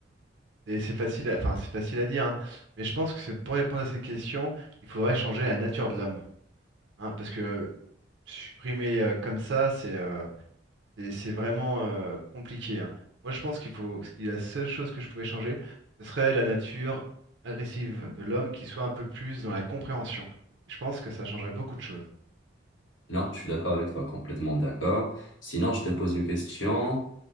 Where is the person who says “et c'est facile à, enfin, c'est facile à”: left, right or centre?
Right